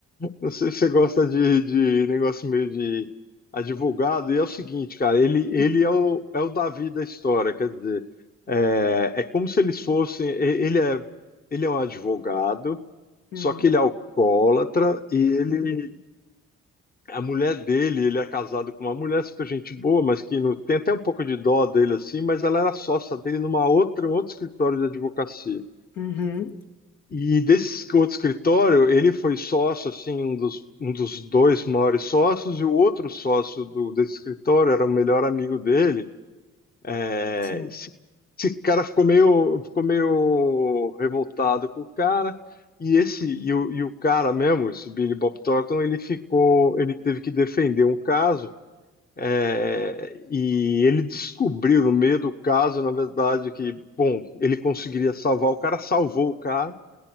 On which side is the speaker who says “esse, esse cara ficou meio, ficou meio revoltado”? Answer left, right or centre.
Left